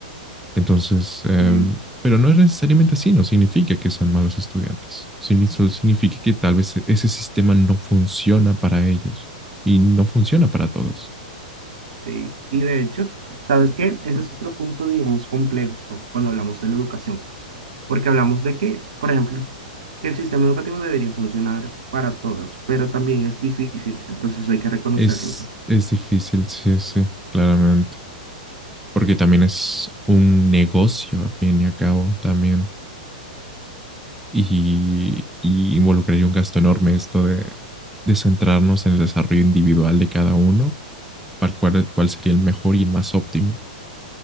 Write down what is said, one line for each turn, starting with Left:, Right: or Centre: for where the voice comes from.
Centre: Entonces, eh,
Right: Sí,
Centre: pero no es necesariamente así, no significa que sean malos estudiantes, Sin- solo significa que tal vez e-, ese sistema no funciona para ellos y no funciona para todos.
Right: sí. Y de hecho, ¿sabes qué? Ese es otro punto, digamos, complejo cuando hablamos de la educación. Porque hablamos de que, por ejemplo, que el sistema educativo debería funcionar para todos, pero también es difícil, entonces hay que reconocerlo.
Centre: Es, es difícil, sí, sí, claramente, porque también es un negocio a fin y a cabo también y, y involucraría un gasto enorme esto de, de centrarnos en el desarrollo individual de cada uno, para cuál, cuál sería el mejor y el más óptimo.